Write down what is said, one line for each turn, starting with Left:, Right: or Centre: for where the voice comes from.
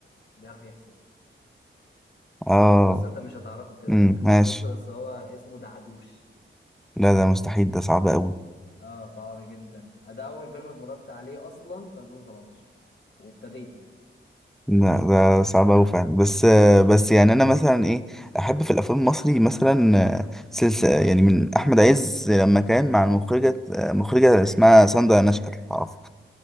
Left: بيعرف يحسب
Centre: اه
Left: بص انت مش هتعرفه كده
Centre: امم
Left: كده
Centre: ماشي
Left: بص بس هو اسمه دعدوش
Centre: لا ده مستحيل ده صعب قوي
Left: اه صعب جدا ده اول فيلم اتفرجت عليه اصلا في 2017 وابتديت يعني
Centre: لا ده صعب قوي فعلا بس آه، بس يعني انا مثلا ايه احب في الافلام المصري مثلا آه، سلسله يعني من احمد عز لما كان مع المخرجه آه، مخرجه اسمها ساندra نشأت لو تعرفها